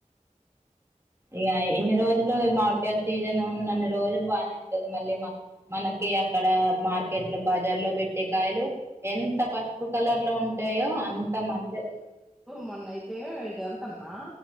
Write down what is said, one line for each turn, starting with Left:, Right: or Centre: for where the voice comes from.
Right: ఈగ ఇన్ని రోజులు మాడికాయలు సీజన్ ఉన్న అన్ని రోజులు బాగానే ఉంటది మళ్ళీ మన ఇగ అక్కడ మార్కెట్ లో బజార్ లో పెట్టే కాయలు ఎంత పసుపు కలర్ లో ఉ ఉంటాయో అంత మందే
Centre: మొన్న అయితే ఇటు వెళ్తున్నా